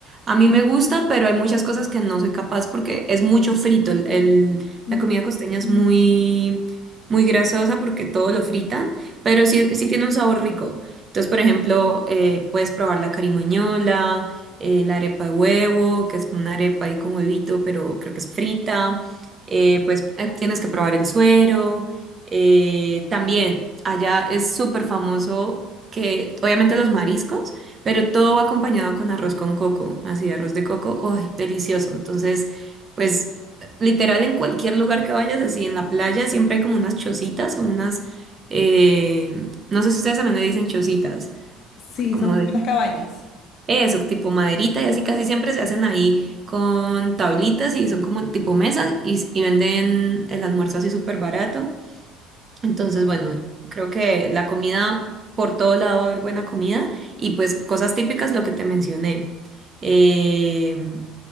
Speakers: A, on the right; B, on the left.
A: A mí me gusta, pero hay muchas cosas que no soy capaz porque es mucho frito. El, el-
B: Mm,
A: la comida costeña es
B: mm,
A: muy, muy grasosa porque todo lo fritan, pero sí, sí tiene un sabor rico. Entonces, por ejemplo, eh, puedes probar la carimañola, eh, la arepa de huevo, que es como una arepa ahí con huevito, pero creo que es frita. Eh, pues eh, tienes que probar el suero. Eh, también allá es súper famoso que, obviamente los mariscos, pero todo va acompañado con arroz con coco, así arroz de coco, ¡ay, delicioso! Entonces, pues literal en cualquier lugar que vayas, así en la playa, siempre hay como unas chocitas, como unas, eh, no sé si ustedes también le dicen chocitas,
B: Sí,
A: como
B: son como
A: de...
B: unas cabañas.
A: Eso, tipo maderita y así casi siempre se hacen ahí con tablitas y son como tipo mesas y, y venden el almuerzo así súper barato. Entonces, bueno, creo que la comida, por todo lado va a haber buena comida y pues cosas típicas, lo que te mencioné. Eh,